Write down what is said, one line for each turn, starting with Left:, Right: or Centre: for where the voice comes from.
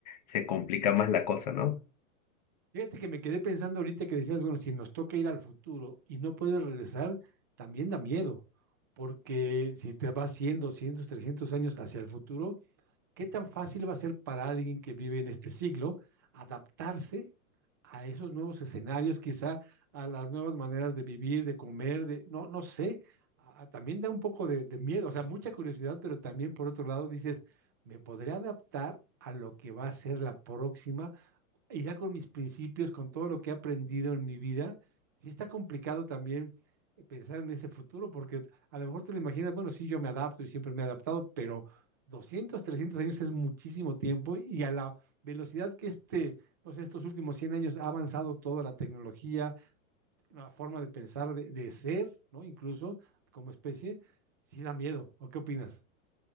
Left: se complica más la cosa, ¿no?
Right: Fíjate que me quedé pensando ahorita que decías, bueno, si nos toca ir al futuro y no puedes regresar, también da miedo, porque si te vas 100, 200, 300 años hacia el futuro, ¿Qué tan fácil va a ser para alguien que vive en este siglo adaptarse a esos nuevos escenarios, quizá a las nuevas maneras de vivir, de comer, de, no, no sé, a- también da un poco de, de miedo, o sea, mucha curiosidad, pero también por otro lado dices, me podré adaptar a lo que va a ser la próxima y ya con mis principios, con todo lo que he aprendido en mi vida, sí está complicado también eh, pensar en ese futuro, porque a lo mejor te lo imaginas, bueno, sí, yo me adapto y siempre me he adaptado, pero 200, 300 años es muchísimo tiempo y a la velocidad que este, no sé, estos últimos 100 años ha avanzado toda la tecnología, la forma de pensar, de, de ser, ¿no? Incluso como especie, sí da miedo. ¿O qué opinas?